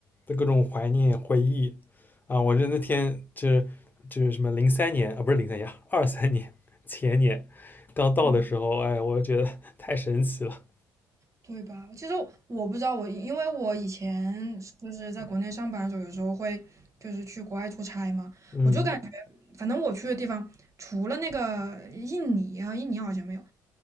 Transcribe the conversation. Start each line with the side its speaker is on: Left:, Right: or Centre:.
Left: 的各种怀念回忆啊！我这那天就是就是什么零三年啊，不是零三年，二三年前年刚到的时候，
Right: 嗯。
Left: 哎，我觉得 <laughs> 太神奇了，
Right: 对吧？其实我不知道，我因为我以前就是在国内上班的时候，有时候会就是去国外出差嘛，
Left: 嗯
Right: 我就感反正我去的地方，除了那个印尼啊，印尼好像没有，